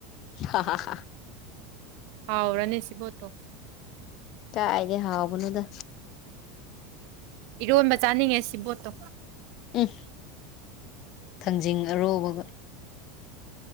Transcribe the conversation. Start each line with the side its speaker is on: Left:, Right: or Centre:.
Left: ꯍꯍꯍ
Right: ꯍꯥꯎ ꯔꯅꯤ ꯁꯤꯕꯣꯠ ꯊꯣꯡ
Left: ꯀꯥꯏꯗꯩ ꯍꯥꯥꯎꯕꯅꯣꯗ
Right: ꯏꯔꯣꯟꯕ ꯆꯥꯅꯤꯡꯉꯦ ꯁꯤꯕꯣꯠꯇꯣ
Left: ꯎꯝ ꯊꯥꯡꯖꯤꯡ ꯑꯔꯣꯕꯒ